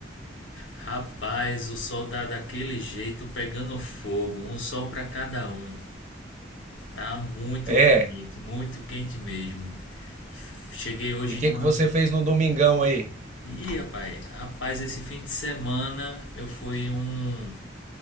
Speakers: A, on the left; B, on the right.
A: Rapaz, o sol tá daquele jeito pegando fogo, um sol pra cada um. Tá muito
B: É,
A: quente, muito quente mesmo. F- Cheguei hoje
B: e o que
A: de uma.
B: que você fez no domingão aí?
A: Ih, rapaz, rapaz, esse fim de semana eu fui em um